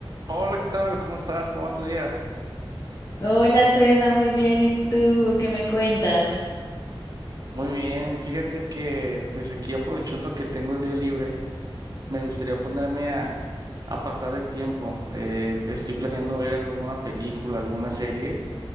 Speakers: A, on the right; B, on the left.
A: Hola, ¿qué tal? ¿Cómo estás? ¿Cómo va tu día?
B: Hola César, muy bien. ¿Y tú qué me cuentas?
A: Muy bien, fíjate que pues aquí aprovechando que tengo el día libre, me gustaría ponerme a, a pasar el tiempo. Eh, estoy planeando ver alguna película, alguna serie.